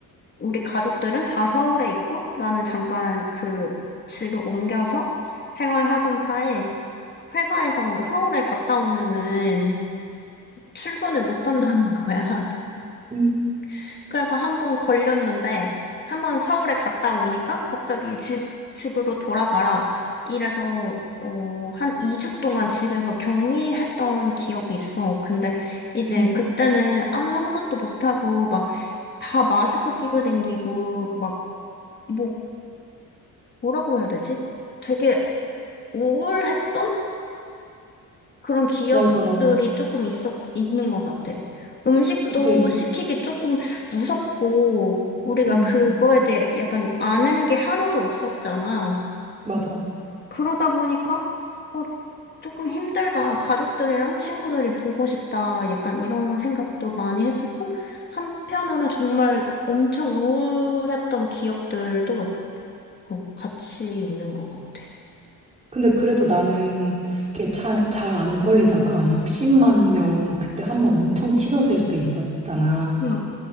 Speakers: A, on the left; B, on the right.
A: 우리 가족들은 다 서울에 있고, 나는 잠깐 그 집을 옮겨서 생활하던 차에, 회사에서 서울에 갔다 오면은, 출근을 못 한다는 거야.
B: 음,
A: <laughs> 그래서 한 번 걸렸는데, 한 번 서울에 갔다 오니까 갑자기 집, 집으로 돌아가라. 이래서, 어, 한 2주 동안 집에서 격리했던 기억이 있어. 근데 이제
B: 음.
A: 그때는 아무것도 못하고, 막, 다 마스크 끼고 댕기고, 막, 뭐, 뭐라고 해야 되지? 되게 우울했던? 그런 기억들이
B: 맞아, 맞아.
A: 조금 있었, 있는 것 같아. 음식도
B: 그때 이,
A: 시키기 조금 무섭고, 우리가
B: 음,
A: 그거에 대해 약간 아는 게 하나도 없었잖아.
B: 맞아.
A: 그러다 보니까, 어, 조금 힘들다. 가족들이랑 친구들이 보고 싶다. 약간 이런 생각도 많이 했었고, 한편으로 정말 엄청 우울했던 기억들도 어, 같이 있는 것 같아.
B: 근데 그래도 나는 이게 잘, 잘 안 걸리다가 60만 명 그때 한번 엄청 치솟을 때 있었잖아.
A: 음.